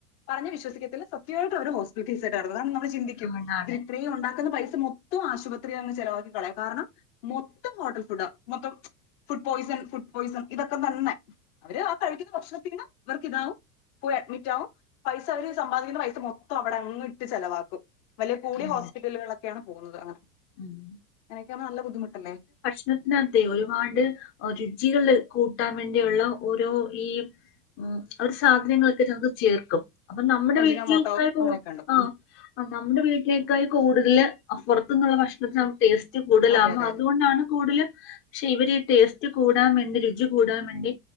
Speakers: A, on the left; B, on the left.
A: പറഞ്ഞ വിശ്സിക്കല്ല സത്യമായിട്ട് അവരു ഹോസ്പറ്റൽ കേസ് ആയിട്ട് നടക്ക കാരണം നമ്മള് ചിന്തിക്കും
B: അതുകൊണ്ടാണ്
A: ഇ ഉണ്ടാക്കുന്ന പൈസ മൊത്തം ആശുപത്രിയിൽ അങ് ചെിലവാക്കി കളയാം കാരണം മൊത്തം ഹോട്ടൽ ഫുഡ് മൊത്തം ഫുഡ് പോയിസൺ ഫുഡ് പോയ്സൺ ഇതൊക്കെ തന്നെ അവര് ആ കഴിക്കുന്ന ഭക്ഷണത്തിന ഇവർക്ക് ഇതാവും പോയി അഡ്മിറ്റ് ആകും പൈസ അവര് സമ്പാദിക്കുന്ന പൈസ മൊത്തം അവിടെങ് ഇട്ട് ചിലവാക്കും കൂടിയ
B: അതെ
A: ഹോസ്പിറ്റലുകളൊക്കെയാണ് പോകുന്നത് അങ്ങനെ
B: ഉം
A: അങ്ങനൊക്കെ ആകുമ്പോ നല്ല ബുദ്ധിമുട്ടല്ലേ
B: <unintelligible> ത്തിനകത്തെ ഒരുപാട് രുചികൾ കൂട്ടാൻ വേണ്ടിയുള്ള ഓരോ ഈ ഉം അവര് സാധനങ്ങളൊക്കെ ഞങ്ങക്ക് ചേർക്കും അപ്പൊ നമ്മുടെ
A: അജിനോമോട്ടോ
B: വീട്ടിലക്കായ പോ
A: അങ്ങനെയൊക്കെ ഉണ്ട്
B: ആഹ്
A: ഉം
B: നമ്മുടെ വീട്ടിലേക്കായി കൂടുതല് അപ്പുറത്തു നിന്നുള്ള ഭക്ഷണത്തിന് ടേസ്റ്റ് കൂടുതലാകോ
A: അതെ അതെ
B: അതുകൊണ്ടാണ്
A: അതെ
B: കൂടുതലും പക്ഷെ ഇവര് ടേസ്റ്റ് കൂടാൻ വേണ്ടി രുചി കൂടാൻ വേണ്ടി